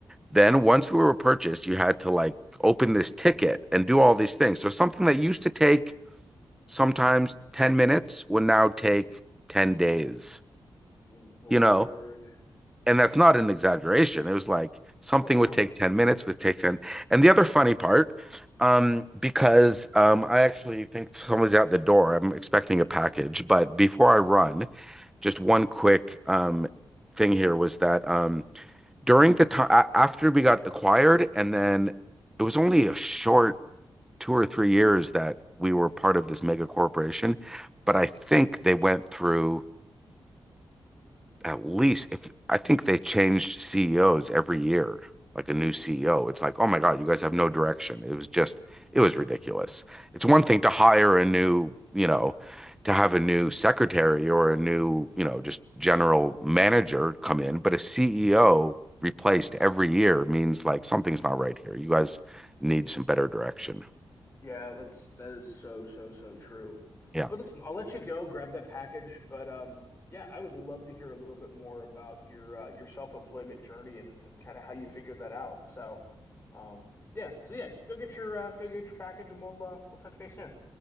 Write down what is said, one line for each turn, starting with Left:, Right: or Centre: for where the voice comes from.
Centre: Then once we were purchased, you had to like open this ticket and do all these things. So something that used to take sometimes 10 minutes would now take 10 days,
Left: Lord.
Centre: you know? And that's not an exaggeration. It was like something
Left: Oh no.
Centre: would take 10 minutes, would take 10. And the other funny part, um, because um, I actually think someone's out the door. I'm expecting a package, but before I run, just one quick um, thing here was that um, during the time after we got acquired, and then it was only a short two or three years that we were part of this mega corporation. But I think they went through at least if I think they changed CEOs every year, like a new CEO. It's like, oh my God, you guys have no direction. It was just, it was ridiculous. It's one thing to hire a new, you know, to have a new secretary or a new, you know, just general manager come in, but a CEO replaced every year means like something's not right here. You guys need some better direction.
Left: Yeah, that's that is so so so true.
Centre: Yeah,
Left: But listen, I'll let you go grab that package. But um, yeah, I would love to hear a little bit more about your uh, your self-employment journey and and kind of how you figured that out. So, um, yeah, so yeah, go get your uh, go get your package, and we'll uh, we'll touch base soon.